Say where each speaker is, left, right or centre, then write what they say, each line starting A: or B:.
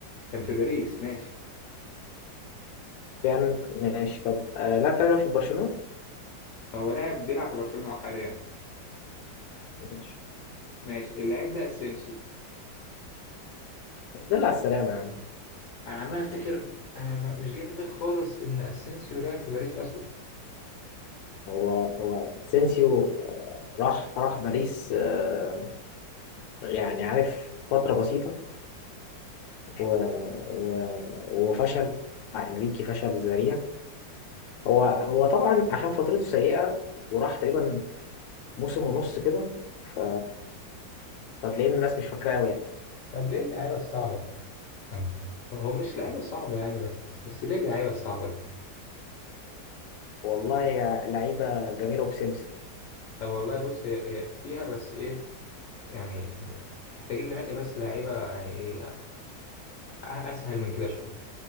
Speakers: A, on the left (about 70°); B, on the left (about 85°).
A: كان في باريس ماشي
B: يعني ماشي طب آه لا بتلعب في برشلونة
A: هو لاعب بيلعب في برشلونة اه حاليا اه
B: ماشي
A: ماشي اللاعب ده اسينسيو
B: دل على السلامة يا عم
A: انا عمال افتكر انا ما- مش جاي في دماغي خالص ان اسينسيو لاعب في باريس اصلا
B: هو هو اسينسيو آه، راح راح باريس آه يعني عارف فترة بسيطة و... و... وفشل مع انريكي فشل ذريع هو هو طبعا عشان فترته سيئة وراح تقريبا موسم ونص كده ف... فتلاقي إن الناس مش فاكراه قوي يعني
A: طب ليه اللعيبه الصعبه دي؟ آه. هو مش لعيبة صعبة يعني بس بس بس ليه اللعيبة الصعبة دي؟
B: والله يا لعيبة جميلة وبسمسم
A: طب والله بص هي هي فيها بس ايه يعني انت- محتاجين ننقي بس لعيبة يعني ايه أ- اسهل من كده شوية